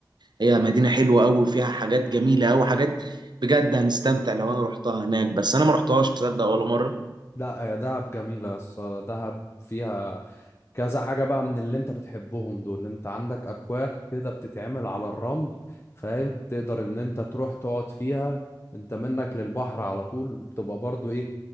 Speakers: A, on the right (about 70°); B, on the left (about 35°).
A: هي مدينه حلوه قوي وفيها حاجات جميله قوي حاجات بجد هنستمتع لو انا روحتها هناك بس انا ما روحتهاش تصدق ولا مره
B: لا يا دهب جميله يا اسطى دهب فيها كذا حاجة بقى من اللي انت بتحبهم دول انت عندك اكواخ كده بتتعمل على الرمل فاهم تقدر ان انت تروح تقعد فيها انت منك للبحر على طول بتبقى برضو ايه